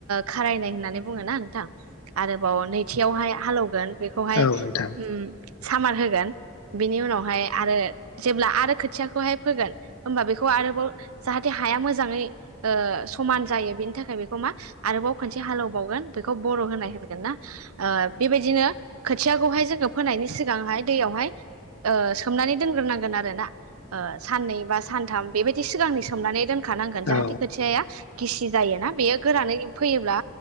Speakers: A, on the right; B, on the left.
A: खारायनाय होननानै बुङ ना नोंथां। आरोबाव नैथियावहाय हालौगोन बेखौहाय
B: औ नोंथां
A: उम सामार होगोन बेनि उनावहाय आरो जेब्ला आरो खोथियाखौहाय फोगोन होमबा बेखौ आरोबाव जाहाथे हाया मोजाङै ओ समान जायो बेनि थाखाय बेखौ मा आरोबाव खनसे हालौबावगोन बेखौ बर' होनाय ओ बेबायदिनो खोथियाखौहाय जोङो फोनायनि सिगांहाय दैयावहाय ओ सोमनानै दोनग्रोनांगोन आरो ना ओ साननै बा सानथाम बेबायदि सिगांनि सोमनानै दोन खा नांगोन जाहाथे
B: औ
A: खोथियाआ गिसि जायोना बेयो गोरानै फैयोब्ला